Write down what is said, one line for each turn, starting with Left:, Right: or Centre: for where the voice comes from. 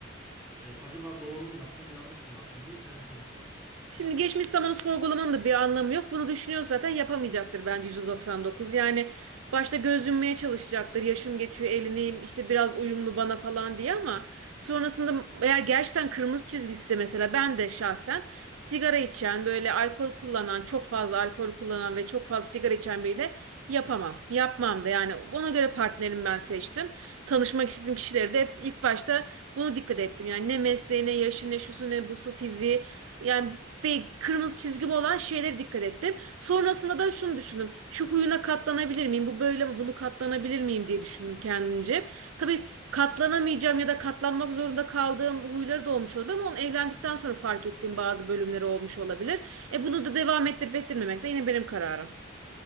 Centre: E, acaba doğru mu yaptım, yanlış mı yaptım diye kendisini sorguluyor.
Right: Şimdi geçmiş zamanı sorgulamanın da bir anlamı yok. Bunu düşünüyor zaten yapamayacaktır bence 199. Yani başta gözünmeye çalışacaktır. Yaşım geçiyor, evleneyim, işte biraz uyumlu bana falan diye ama sonrasında eğer gerçekten kırmızı çizgisi mesela ben de şahsen sigara içen, böyle alkol kullanan, çok fazla alkol kullanan ve çok fazla sigara içen biriyle yapamam. Yapmam da yani ona göre partnerimi ben seçtim. Tanışmak istediğim kişileri de hep ilk başta bunu dikkat ettim. Yani ne mesleği, ne yaşı, ne şusu, ne busu, fiziği. Yani bir kırmızı çizgim olan şeylere dikkat ettim. Sonrasında da şunu düşündüm. Şu huyuna katlanabilir miyim? Bu böyle mi? Bunu katlanabilir miyim diye düşündüm kendimce. Tabii katlanamayacağım ya da katlanmak zorunda kaldığım huyları da olmuş olabilir ama onu evlendikten sonra fark ettiğim bazı bölümleri olmuş olabilir. E bunu da devam ettirip ettirmemek de yine benim kararım.